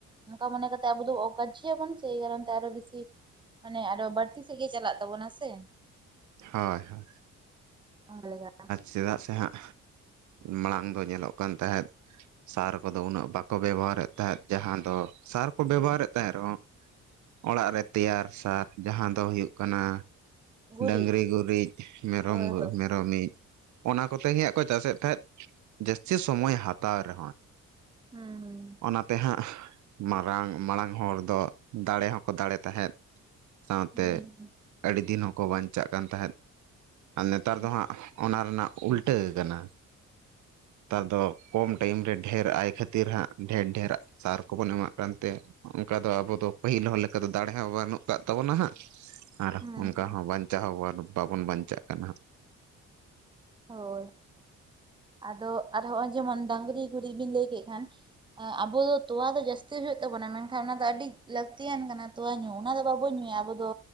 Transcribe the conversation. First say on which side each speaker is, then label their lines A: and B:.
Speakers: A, on the right; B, on the right.
A: ᱚᱱᱠᱟ ᱢᱚᱱᱮ ᱠᱟᱛᱮ ᱟᱵᱚ ᱫᱚ ᱚᱠᱟ ᱠᱟᱨᱡᱚ ᱟᱵᱚᱱ ᱥᱮ ᱮᱭ ᱠᱟᱨᱚᱱ ᱛᱮ ᱟᱨᱚ ᱵᱮᱥᱤ ᱢᱟᱱᱮ ᱟᱨᱚ ᱵᱟᱹᱲᱛᱤ ᱥᱮᱫ ᱜᱮ ᱪᱟᱞᱟᱜ ᱛᱟᱵᱚᱱᱟ ᱥᱮ
B: ᱦᱚᱭ ᱦᱚᱭ
A: ᱚᱞ ᱞᱮᱜᱟᱜ-ᱟ
B: ᱪᱮᱫᱟᱜ ᱥᱮ ᱦᱟᱸᱜ ᱢᱟᱲᱟᱝ ᱫᱚ ᱧᱮᱞᱚᱜ ᱠᱟᱱ ᱛᱟᱦᱮᱸᱫ ᱥᱟᱨ ᱠᱚᱫᱚ ᱩᱱᱟᱹᱜ ᱵᱟᱠᱚ ᱵᱮᱵᱚᱦᱟᱨᱮᱫ ᱛᱟᱦᱮᱸᱫ ᱡᱟᱦᱟᱸ ᱫᱚ ᱥᱟᱨ ᱠᱚ ᱵᱮᱵᱚᱦᱟᱨᱮᱫ ᱛᱟᱦᱮᱸᱫ ᱨᱮᱦᱚᱸ ᱚᱲᱟᱜ ᱨᱮ ᱛᱮᱭᱟᱨ ᱥᱟᱨ ᱡᱟᱦᱟᱸ ᱫᱚ ᱦᱩᱭᱩᱜ ᱠᱟᱱᱟ
A: ᱜᱩᱨᱤᱡ
B: ᱰᱟᱹᱝᱨᱤ ᱜᱩᱨᱤᱡ ᱢᱮᱨᱚᱢ
A: ᱦᱳᱭ ᱦᱳᱭ
B: ᱢᱮᱨᱚᱢ ᱤᱡᱽ ᱚᱱᱟ ᱠᱚᱛᱮ ᱜᱮ ᱦᱟᱸᱜ ᱠᱚ ᱪᱟᱥ ᱮᱫ ᱛᱟᱦᱮᱸᱫ ᱡᱟᱹᱥᱛᱤ ᱥᱚᱢᱚᱭ ᱦᱟᱛᱟᱣ ᱨᱮᱦᱚᱸᱭ
A: ᱦᱩᱸ ᱦᱩᱸ
B: ᱚᱱᱟ ᱛᱮ ᱦᱟᱸᱜ ᱢᱟᱨᱟᱝ ᱢᱟᱲᱟᱝ ᱦᱚᱲ ᱫᱚ ᱫᱟᱲᱮ ᱦᱚᱸᱠᱚ ᱫᱟᱲᱮ ᱛᱟᱦᱮᱸᱫ ᱥᱟᱶ
A: ᱦᱩᱸ
B: ᱛᱮ
A: ᱦᱩᱸ
B: ᱟᱹᱰᱤ ᱫᱤᱱ ᱦᱚᱸᱠᱚ ᱵᱟᱧᱪᱟᱜ ᱠᱟᱱ ᱛᱟᱦᱮᱸᱫ ᱟᱨ ᱱᱮᱛᱟᱨ
A: ᱦᱩᱸ
B: ᱫᱚ ᱦᱟᱸᱜ ᱚᱱᱟ ᱨᱮᱱᱟᱜ ᱩᱞᱴᱟᱹ ᱟᱠᱟᱱᱟ ᱛᱟᱨ ᱫᱚ ᱠᱚᱢ ᱴᱟᱭᱤᱢ ᱨᱮ ᱰᱷᱹᱮᱨ ᱟᱭ ᱠᱷᱟᱹᱛᱤᱨ ᱦᱟᱸᱜ ᱰᱷᱮᱨ ᱰᱷᱮᱨ ᱥᱟᱨ ᱠᱚᱵᱚᱱ ᱮᱢᱟᱜ ᱠᱟᱱᱛᱮ ᱚᱝᱠᱟ ᱫᱚ ᱟᱵᱚ ᱫᱚ ᱯᱟᱹᱦᱤᱞ ᱦᱚᱲ ᱞᱮᱠᱟ ᱫᱚ ᱫᱟᱲᱮ ᱦᱚᱸ ᱵᱟᱹᱱᱩᱜ ᱠᱟᱜ ᱛᱟᱵᱚᱱᱟ ᱦᱟᱸᱜ ᱟᱨ
A: ᱦᱩᱸ
B: ᱦᱚᱸ ᱵᱟᱧᱪᱟᱣ ᱦᱚᱸᱵᱟᱱᱩᱜ ᱵᱟᱵᱚᱱ ᱵᱟᱧᱪᱟᱜ ᱠᱟᱱᱟ ᱦᱟᱸᱜ᱾
A: ᱦᱳᱭ ᱟᱫᱚ ᱟᱨ ᱦᱚᱸᱜᱼᱚᱭ ᱡᱮᱢᱚᱱ ᱰᱟᱝᱨᱤ ᱜᱩᱨᱤᱜ ᱵᱤᱱ ᱞᱟᱹᱭ ᱠᱮᱜ ᱠᱷᱟᱱ ᱮᱸ ᱟᱵᱚ ᱫᱚ ᱛᱚᱣᱟ ᱫᱚ ᱡᱟᱹᱥᱛᱤ ᱦᱩᱭᱩᱜ ᱛᱟᱵᱚᱱᱟ ᱢᱮᱱᱠᱷᱟᱱ ᱚᱱᱟ ᱫᱚ ᱟᱹᱰᱤ ᱞᱟᱹᱠᱛᱤᱭᱟᱱ ᱠᱟᱱᱟ᱾ ᱛᱚᱣᱟ ᱧᱩ ᱚᱱᱟ ᱫᱚ ᱵᱟᱵᱚ ᱧᱩᱭᱟ ᱟᱵᱚ ᱫᱚ